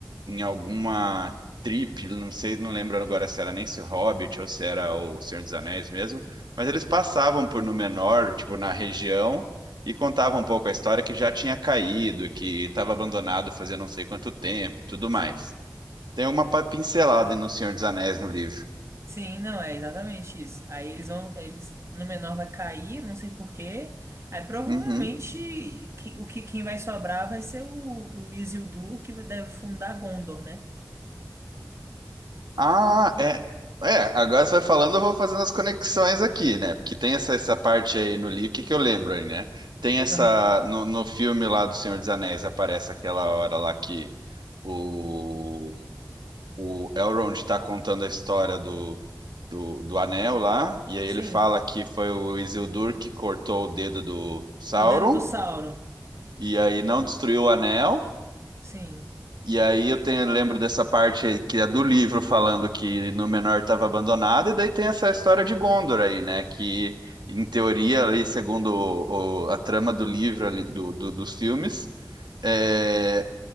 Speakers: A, on the right; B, on the right.
A: em alguma trip, não sei, não lembro agora se era nem se o Hobbit ou se era o Senhor dos Anéis mesmo, mas eles passavam por Númenor, tipo, na região, e contavam um pouco a história que já tinha caído, que estava abandonado fazia não sei quanto tempo, tudo mais.
B: Sim.
A: Tem uma pa- pincelada no Senhor dos Anéis no livro.
B: Sim, não, é exatamente isso. Aí eles vão, eles no menor vai cair, não sei por quê. Aí provavelmente
A: Uhum.
B: que- o que quem vai sobrar vai ser o, o Isildur que deve fundar Gondor, né?
A: Ah,
B: Hum,
A: é. É, agora você vai falando, eu vou fazendo as conexões aqui, né? Porque tem essa, essa parte aí no livro, o que que eu lembro aí, né? Tem essa.
B: Aham.
A: No, no filme lá do Senhor dos Anéis aparece aquela hora lá que o, o Elrond tá contando a história do, do, do anel lá, e aí
B: Sim,
A: ele fala que foi o Isildur que cortou o dedo do Sauron,
B: o dedo do Sauron.
A: e aí não destruiu o anel.
B: Sim,
A: E aí eu tenho, lembro dessa parte que é do livro falando que Númenor estava abandonado, e daí tem essa história de Gondor aí, né? Que em teoria ali, segundo o- o- a trama do livro ali, do, do- dos filmes, é,